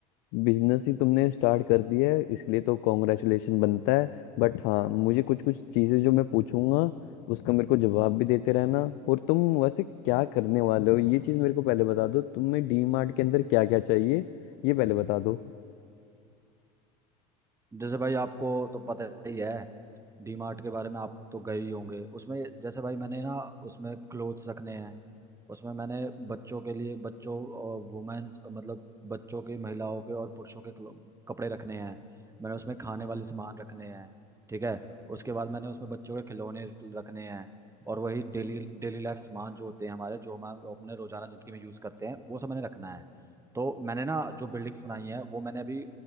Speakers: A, on the left (about 60°); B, on the right (about 15°).
A: बिजनेस ही तुमने स्टार्ट कर दिया है इसलिए तो कॉन्ग्रेचुलेशन बनता है बट हाँ मुझे कुछ कुछ चीजें जो मैं पूछूंगा उसका मेरे को जवाब भी देते रहना और तुम वैसे क्या करने वाले हो ये चीज मेरे को पहले बता दो तुम्हें डी मार्ट के अंदर क्या क्या चाहिए ये पहले बता दो
B: जैसे भाई आपको तो पता ही है डी मार्ट के बारे में आप तो गए ही होंगे उसमें जैसे भाई मैंने ना उसमें क्लोथ्स रखने हैं उसमें मैंने बच्चों के लिए बच्चों और वुमेन्स मतलब बच्चों के महिलाओं के और पुरुषों के क्लो- कपड़े रखने हैं मैंने उसमें खाने वाले सामान रखने हैं ठीक है उसके बाद मैंने उसमें बच्चों के खिलौने रखने हैं और वही डेली डेली लाइफ सामान जो होते हैं हमारे जो हम अपने रोजाना जिंदगी में यूज करते हैं वो सब मैंने रखना है तो मैंने ना जो बिल्डिंग्स बनाई हैं वो मैंने अभी